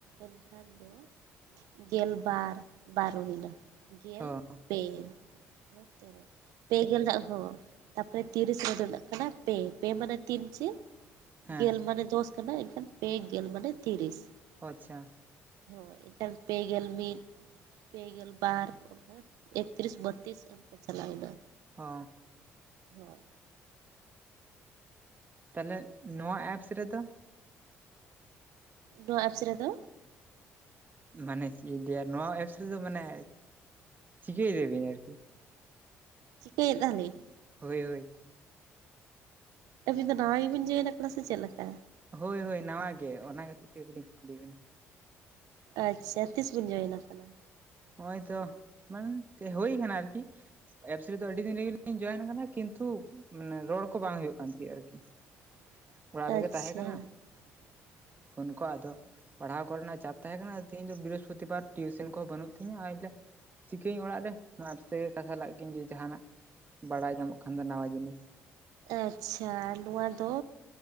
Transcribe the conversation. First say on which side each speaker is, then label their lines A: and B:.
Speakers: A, on the right; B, on the right.
A: ᱮᱱᱠᱷᱟᱱ ᱫᱚ ᱜᱮᱞᱵᱟᱨ ᱵᱟᱨᱚ ᱦᱩᱭᱱᱟ ᱜᱮᱞ
B: ᱚ
A: ᱯᱮ ᱢᱟᱱᱮ ᱛᱮᱨᱚ ᱯᱮ ᱜᱮᱞ ᱫᱟᱜ ᱦᱚᱸ ᱛᱟᱨᱯᱚᱨᱮ ᱛᱤᱨᱤᱥ ᱨᱮᱫᱚᱜ ᱠᱟᱱᱟ ᱯᱮ ᱯᱮ ᱢᱟᱱᱮ ᱛᱤᱱ ᱪᱮ
B: ᱦᱮᱸ
A: ᱜᱮᱞ ᱢᱟᱱᱮ ᱫᱚᱥ ᱠᱟᱱᱟ ᱮᱱᱠᱷᱟᱱ ᱯᱮ ᱜᱮᱞ ᱢᱟᱱᱮ ᱛᱤᱨᱤᱥ
B: ᱟᱪᱪᱷᱟ
A: ᱦᱳᱭ ᱮᱠᱷᱟᱱ ᱯᱮ ᱜᱮᱞ ᱢᱤᱫ ᱯᱮ ᱜᱮᱞ ᱵᱟᱨ ᱚᱱᱠᱟ ᱮᱠᱛᱨᱤᱥ ᱵᱚᱛᱛᱨᱤᱥ ᱚᱱᱠᱟ ᱪᱟᱞᱟᱣᱱᱟ
B: ᱚ
A: ᱦᱳᱭ
B: ᱛᱟᱦᱚᱞᱮ ᱱᱚᱣᱟ ᱮᱯᱥ ᱨᱮᱫᱚ
A: ᱱᱚᱣᱟ ᱮᱯᱥ ᱨᱮᱫᱚ
B: ᱢᱟᱱᱮ ᱪᱮᱫ ᱤᱧ ᱞᱮᱭᱟ ᱱᱚᱣᱟ ᱮᱯᱥ ᱨᱮᱫᱚ ᱢᱟᱱᱮ ᱪᱤᱠᱟᱹᱭ ᱫᱟᱹᱵᱤᱱ ᱟᱨᱠᱤ
A: ᱪᱤᱠᱟᱹᱭᱮᱫᱟᱞᱤᱧ
B: ᱦᱳᱭ ᱦᱳᱭ
A: ᱟᱹᱵᱤᱱ ᱫᱚ ᱱᱟᱣᱟ ᱜᱮᱵᱤᱱ ᱡᱚᱭᱮᱱ ᱠᱟᱫᱟ ᱥᱮ ᱪᱮᱫ ᱞᱮᱠᱟ
B: ᱦᱳᱭ ᱦᱳᱭ ᱱᱟᱣᱟ ᱜᱮ ᱚᱱᱟ ᱠᱷᱟᱹᱛᱤᱨ ᱛᱮᱜᱮ ᱞᱤᱧ ᱠᱩᱞᱤᱭᱮᱫ ᱵᱤᱱᱟ
A: ᱟᱪᱪᱷᱟ ᱛᱤᱥ ᱵᱤᱱ ᱡᱚᱭᱮᱱ ᱠᱟᱱᱟ
B: ᱦᱚᱸᱜᱼᱚᱭ ᱛᱚ ᱵᱟᱝ ᱦᱳᱭ ᱠᱟᱱᱟ ᱟᱨᱠᱤ ᱮᱯᱥ ᱨᱮᱫᱚ ᱟᱹᱰᱤ ᱫᱤᱱ ᱨᱮᱜᱤ ᱞᱤᱧ ᱡᱚᱭᱮᱱ ᱠᱟᱱᱟ ᱠᱤᱱᱛᱩ ᱢᱟᱱᱮ ᱨᱚᱲ ᱠᱚ ᱵᱟᱝ ᱦᱩᱭᱩᱜ ᱠᱟᱱ ᱛᱟᱸᱦᱮᱜᱼᱟ ᱟᱨᱠᱤ
A: <inaudible>
B: ᱚᱲᱟᱜ
A: ᱟᱪᱪᱷᱟ
B: ᱨᱮᱜᱮ ᱛᱟᱦᱮᱸ ᱠᱟᱱᱟ
A: <inaudible>
B: ᱯᱷᱳᱱ ᱠᱚ ᱟᱫᱚ ᱯᱟᱲᱦᱟᱣ ᱠᱚᱨᱮᱱᱟᱜ ᱪᱟᱯ ᱛᱟᱦᱮᱸ ᱠᱟᱱᱟ ᱛᱮᱦᱮᱧ ᱫᱚ ᱵᱨᱤᱦᱚᱥᱯᱚᱛᱤ ᱵᱟᱨ ᱴᱤᱭᱩᱥᱚᱱ ᱠᱚ ᱵᱟᱹᱱᱩᱜ ᱛᱮ <inaudible> ᱪᱤᱠᱟᱹᱭᱟᱹᱧ ᱚᱲᱟᱜ ᱨᱮ <inaudible> ᱠᱟᱛᱷᱟ ᱞᱟᱜ ᱜᱤᱧ ᱡᱟᱸᱦᱟᱱᱟᱜ ᱵᱟᱲᱟᱭ ᱧᱟᱢᱚᱜ ᱠᱷᱟᱱ ᱫᱚ ᱱᱟᱣᱟ ᱡᱤᱱᱤᱥ
A: ᱟᱪᱪᱷᱟ ᱱᱚᱣᱟ ᱫᱚ